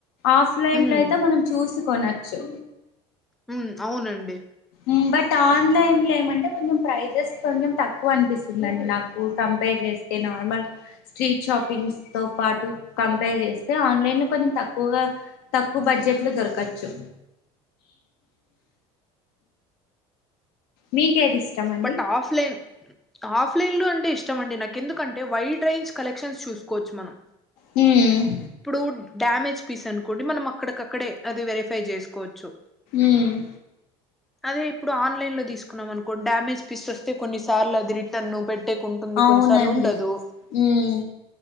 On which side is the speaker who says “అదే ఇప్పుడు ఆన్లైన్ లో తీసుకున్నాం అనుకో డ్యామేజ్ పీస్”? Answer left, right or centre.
Centre